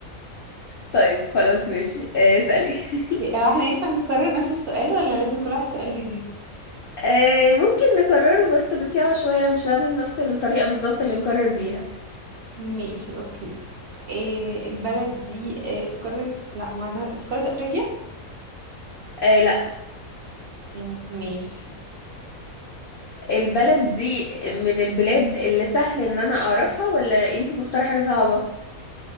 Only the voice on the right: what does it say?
اوكي هو احنا ينفع نكرر نفس السؤال ولا لازم كل واحد سؤال جديد
ماشي اوكي إيه البلد دي إيه في قارة لا ما انا في قارة افريقيا
مم، ماشي